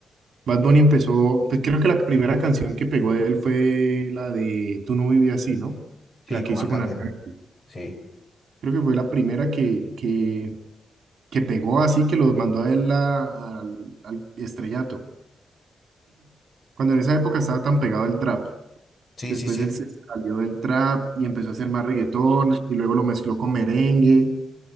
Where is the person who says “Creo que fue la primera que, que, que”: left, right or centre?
Right